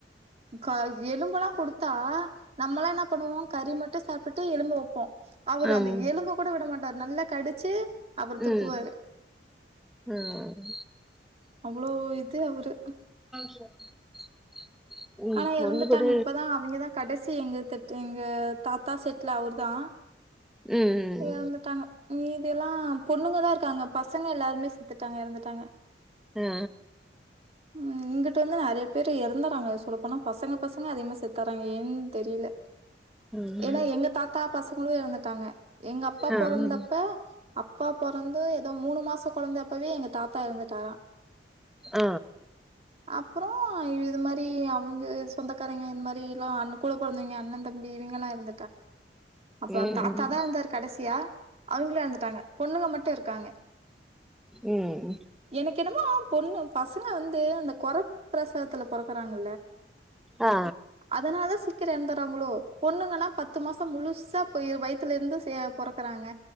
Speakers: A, on the right; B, in the centre.
A: க எலும்பெல்லா குடுத்தா நம்மலா என்ன பண்ணுவோ கறி மட்டு சாப்பிட்டு எலும்பு வொப்போ அவுரு
B: ஆம்
A: அந்த எலும்பு கூட விட மாட் நல்லா கடிச்சு அவரு
B: ம்
A: துப்புவாரு
B: ம்
A: அவ்வுளோ இது அவுரு
B: <inaudible> ம்
A: ஆனா
B: பொண்ணு
A: எறந்துட்டாங்க
B: கூட
A: இப்பதா அவங்க தா கடைசி எங்க தட்டு எங்க தாத்தா செட்லா அவுர் தா
B: ம்
A: எறந்துட்டாங்க மீதிலா பொண்ணுங்கதா இருக் காங்க பசங்க எல்லாருமே செத்துட்டாங்க எறந்துட்டாங்க
B: ஆ
A: உம் இங்கிட்டு வந்து நெறைய பேரு எறந்துறாங்க சொல்ல போனா பசங்க பசங்க அதிகமா செத்துறாங்க ஏன்னு தெரில
B: ம்
A: ஏன்னா எங்க தாத்தா பசங்களு எறந்தட் தாங்க எங்க அப்பா
B: ஆ
A: பெறந்தப்ப அப்பா பெறந்து ஏதோ மூணு மாச கெழந்தப்பவே எங்க தாத்தா த்தா எரந்துட்டாரா
B: ஆ
A: அப்புறம் இது மாரி அவங்க சொந்தக்காரங்க இது மாரில்லா அண்ணன் கூட பெறந்தவங்க அண்ணன் தம்பி இவங்கல்லா இருந்த அப்புறம்
B: ம்
A: தாத்தா தா இருந்தாரு கடைசியா அவங்கள எரந்துட்டாங்க பொண்ணுங்க மட்டு இருக்காங்க
B: ம்
A: எனக்கு என்னமோ பொண்ணு பசங்க வந்து அந்த குர பிரசவத்துல பெற போறாங்க
B: ஆ
A: அதனால தா சீக்கிரம் எந்த ங்களோ பொண்ணுங்கன்னா பத்து மாசம் முழுசா போய் வயித்துல இருந்து சே பொறக்குறாங்க